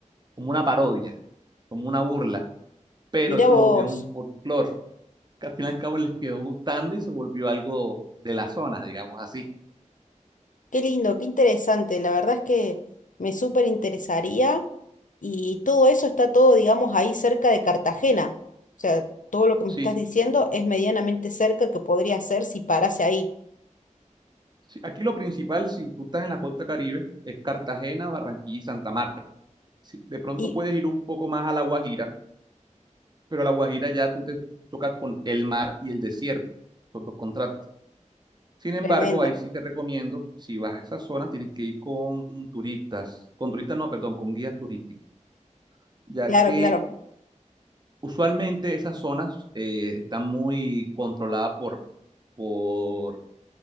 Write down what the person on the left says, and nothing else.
Mirá
vos.
Qué lindo, qué interesante. La verdad es que me súper interesaría y todo eso está todo, digamos, ahí cerca de Cartagena. O sea, todo lo que me
estás diciendo es medianamente cerca que podría hacer si parase ahí.
Y
tremendo.
Claro,
claro.